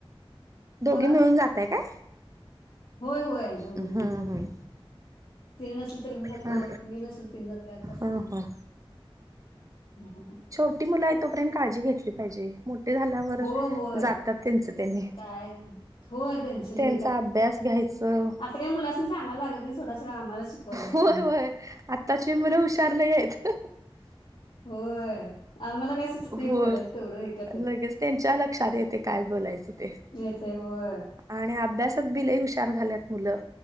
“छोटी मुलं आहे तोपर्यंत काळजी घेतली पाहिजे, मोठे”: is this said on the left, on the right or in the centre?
Right